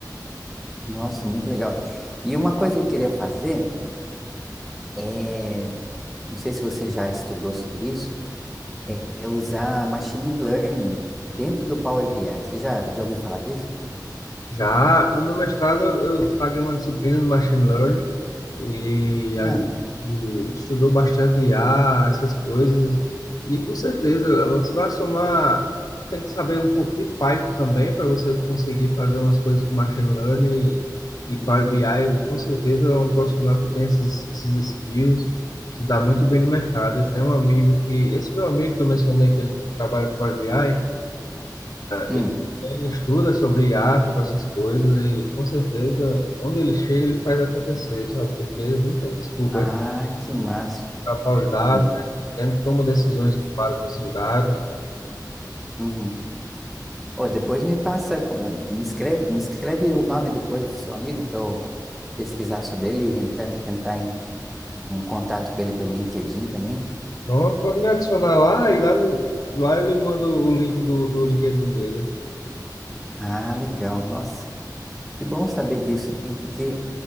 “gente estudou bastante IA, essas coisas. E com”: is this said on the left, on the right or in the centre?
Left